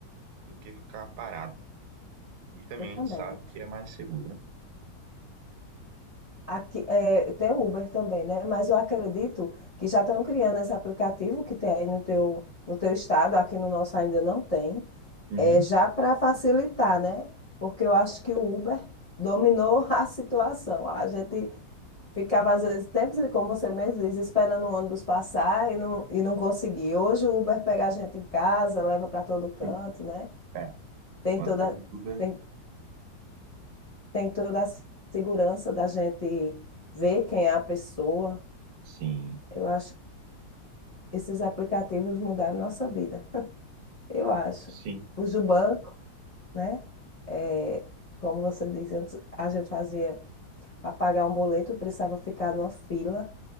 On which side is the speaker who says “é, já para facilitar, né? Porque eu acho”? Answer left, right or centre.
Left